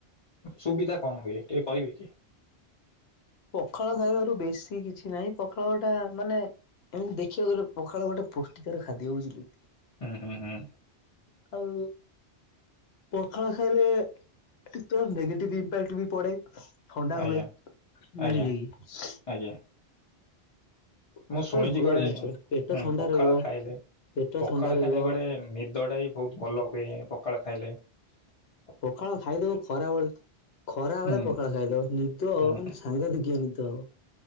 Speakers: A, on the left; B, on the left.
A: ସୁବିଧା କଣ ହୁଏ ଟିକେ କହିବେ କି?
B: ପଖାଳ ଖାଇବାରୁ ବେଶୀ କିଛି ନାହିଁ ପଖାଳଟା ମାନେ ଏନ୍ ଦେଖିବାକୁ ଗଲେ ପଖାଳ ଗୋଟେ ପୁଷ୍ଟିକର ଖାଦ୍ୟ ବୁଝିଲେ?
A: ଉଁ ହୁଁ ହୁଁ।
B: ଆଉ ପଖାଳ ଖାଇଲେ କେତେକ ନଗେଟି ଇମ୍ପାକ୍ଟ୍ ବି ପଡ଼େ । ଥଣ୍ଡା
A: ଆଜ୍ଞା
B: ହୁଏ ବୁଝିଲେ
A: ଆଜ୍ଞା
B: କି ।
A: ଆଜ୍ଞା ମୁଁ ଶୁଣିଛି
B: ଭଲ
A: କୁଆଡେ
B: ଜିନିଷ ପେଟ ଥଣ୍ଡା
A: ପଖାଳ
B: ରହିବ
A: ଖାଇଲେ
B: ପେଟ
A: ପଖାଳ
B: ଥଣ୍ଡା ରହିବ
A: ଖାଇଲେ ଗୋଟେ ନିଦ ଟା ବି ବହୁତ ଭଲ ହୁଏ ପଖାଳ ଖାଇଲେ ।
B: ପଖାଳ ଖାଇଦବ ଖରାବେଳେ ଖରା
A: ହୁଁ
B: ବେଳେ ପଖଳା ଖାଇଦବ ନିଦ ହ
A: ହୁଁ
B: ମାନେ ସାଂଘାଦିକ ନିଦ ହବ ।